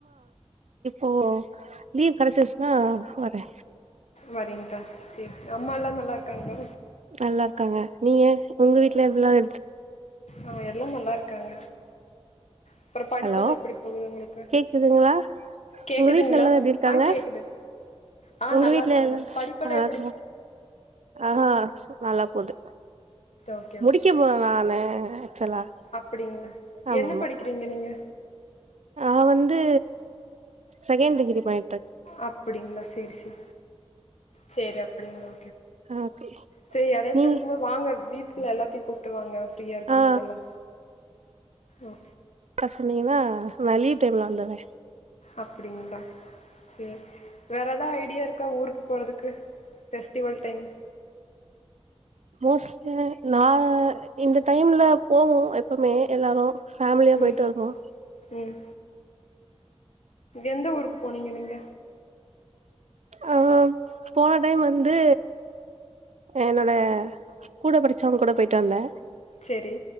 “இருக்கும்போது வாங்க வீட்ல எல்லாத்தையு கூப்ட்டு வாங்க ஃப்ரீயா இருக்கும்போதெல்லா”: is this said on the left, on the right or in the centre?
Left